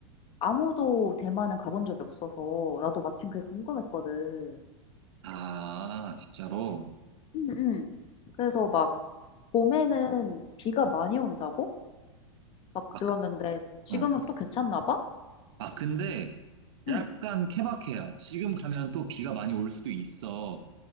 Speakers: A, on the left; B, on the right.
A: 아무도 대만은 가본 적이 없어서, 나도 마침 그게 궁금했거든.
B: 아, 진짜로.
A: 음, 음. 그래서 막, 봄에는 비가 많이 온다고? 막
B: 아,
A: 들었는데,
B: 그-
A: 지금은
B: 어.
A: 또 괜찮나 봐?
B: 아, 근데 약간
A: 응.
B: 케바케야. 지금 가면 또 비가 많이 올 수도 있어.